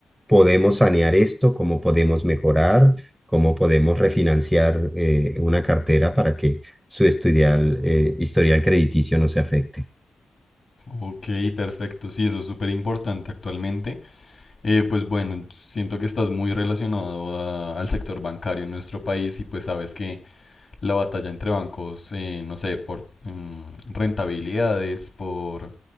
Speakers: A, in the centre; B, on the left (about 45°).
A: podemos sanear esto, cómo podemos mejorar, cómo podemos refinanciar eh, una cartera para que su estudial, eh, historial crediticio no se afecte.
B: ok, perfecto. Sí, eso es súper importante actualmente. Eh, pues bueno, siento que estás muy relacionado a- al sector bancario en nuestro país y pues sabes que la batalla entre bancos, eh, no sé, por mm, rentabilidades, por